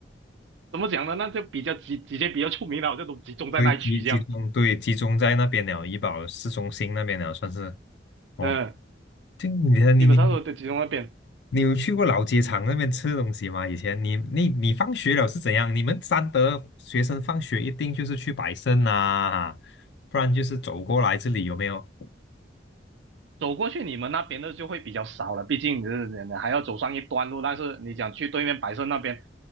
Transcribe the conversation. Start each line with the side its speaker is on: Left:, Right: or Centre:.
Right: 怎么讲呢？那就比较几几间比较出名的，就都集中在那一区这样。
Left: 对，集集中对集中在那边了，怡保市中心那边了，算是哦。
Right: 嗯，
Left: 就你你你
Right: 基本上都都集中那边。呃
Left: 你有去过老街场那边吃东西吗？以前你你你放学了是怎样？你们三德学生放学一定就是去百盛啊，不然就是走过来这里有没有？
Right: 走过去你们那边的就会比较少了，毕竟你是你还要走上一段路。但是你想去对面白色那边，